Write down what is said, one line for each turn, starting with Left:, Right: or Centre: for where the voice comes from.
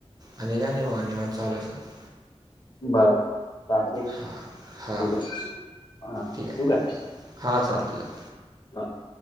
Right: आणि काय नाही वा निवांत चालु अआहे सगळं.
Left: बरं बरं चालतंय
Right: हां हां
Left: हा, ठेऊ
Right: ठीक आहे
Left: काय?
Right: हां चालतंय चालतंय.
Left: हा